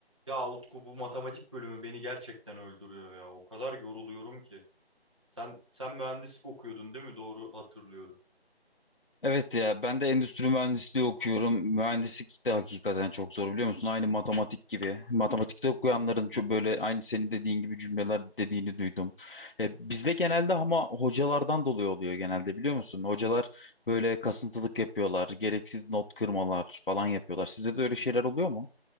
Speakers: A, on the right; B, on the left.
A: Ya Utku bu matematik bölümü beni gerçekten öldürüyor ya. O kadar yoruluyorum ki. Sen sen mühendislik okuyordun değil mi? Doğru hatırlıyorum.
B: Evet ya ben de endüstri mühendisliği okuyorum. Mühendislik de hakikaten çok zor biliyor musun? Aynı matematik gibi. Matematikte okuyanların çok böyle aynı senin dediğin gibi cümleler dediğini duydum. E, bizde genelde ama hocalardan dolayı oluyor genelde biliyor musun? Hocalar böyle kasıntılık yapıyorlar, gereksiz not kırmalar falan yapıyorlar. Sizde de öyle şeyler oluyor mu?